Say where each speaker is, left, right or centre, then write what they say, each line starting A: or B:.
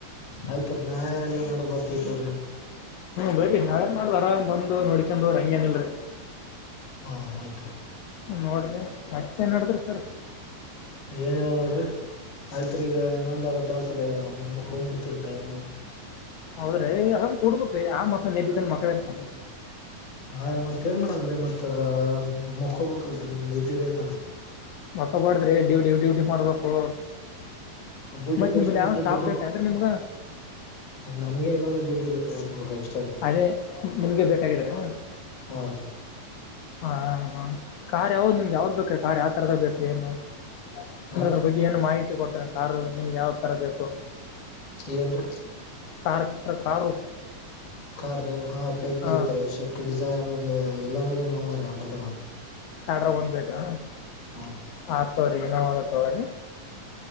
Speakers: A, on the left; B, on the left.
A: ಆಯ್ತ ರೀ ನಾಳೆ ಇಲ್ಲ ನಾಡ್ ಬರ್ತಿತ್ವ್ರೀ
B: ಬರ್ರಿ ನಾಳೆನ್ ಮಾಡ್ ಆರಾಮ್ ಬಂದ್ ನೋಡಕೊಂಡವ್ರ ಹಂಗೇನ ಇಲ್ರರಿ
A: ಹಾ ಆಯ್ತ್ರಿ
B: ನೋಡ್ರಿ ಮತ್ತೇಏನ್ ಮಾಡಡತ್ರಿ ಸರ್
A: ಏನಿವ ನೋಡ್ರಿ ಆಯ್ತ್ರಿ ಈಗ ಇನ್ನೊಂದರ ತಾಸ್ರಿ ಹೋಗ್ ಮಕ್ಕೋ ಬಿಡ್ತರಿ ಟೈಮ್
B: ಹೌದ್ರೆ ಅರಾಮ್ ಕೊಡ್ಬೇಕ್ರಿ ಆ ಮಕ್ಕಳ <unintelligible> ಇರ್ತಾನ.
A: ಹಾ ಮತ್ತ್ ಏನ್ ಮಾಡಾನ್ ರಿ ಮತ್ ಮಕ್ಕೋಬೇಕಲ್ರಿ ನಿದ್ದೆ ಬೇಕಲ.
B: ಮಕ್ಕಬಡ್ರಿ ಡ್ಯೂಡಿ ಡ್ಯೂಡಿ ಮಾಡ್ಬೇಕು.
A: ಡ್ಯೂಟಿ
B: ಮತ್ತ್
A: ಪೇಶಷೆಂಟ್
B: ನಿಮ್ಲ್ ಯಾವ
A: ಇದ್ರೆ
B: ಸ್ಟಾಪ್
A: ಡ್ಯೂಟಿ
B: ಬೇಕೆನ್ರಿ ನಿಮ್ಗ.
A: ನಮ್ಗೆ ಏನ ಒಂದು ಡ್ಯೂಟಿ ಬೇಕ <unintelligible>
B: ಅದೇ ನಿಮ್ಗೆ ಬೇಕಾಗಿದ್ರ ಏನು.
A: ಹಾ
B: ಹಾ ಕಾರ್ ಯಾವ್ದು ನಿಮ್ದಗೆ ಯಾವ್ದು ಬೇಕ್ರೀ ಕಾರ್ ಯಾವ ತರದ ಬೇಕ್ರಿ ಏನುಂದ
A: ಹಾ ರೀ
B: ಬಗ್ಗೆ. ಏನು ಮಾಹಿತಿ ಕೊಡ್ತೇನೆ ಕಾರು ನಿಮ್ಗೆ ಯಾವ ತರ ಬೇಕು.
A: ಏನ್ರೀ
B: ಕಾರ ಕಾರ ಕಾರು.
A: ಕಾರ್ ರಿ ಹಾ ಬೇಕೈತ್
B: ಹಾ
A: ರ ಸ್ವಿಫ್ಟ್ ಡಿಸೈರ್ ಒಂದು ಎಲ್ಲಾಂದ್ರೆೋರ <unintelligible> ಎರಡ್ರಗೊಂದು.
B: ಎಲ್ಡ್ರಗ್ ಒಂದ್ ಬೇಕಾ.
A: ಹಾ
B: ಆ ತಗ್ರರಿ ಇನೋವಾದ ತಗೋರಿ.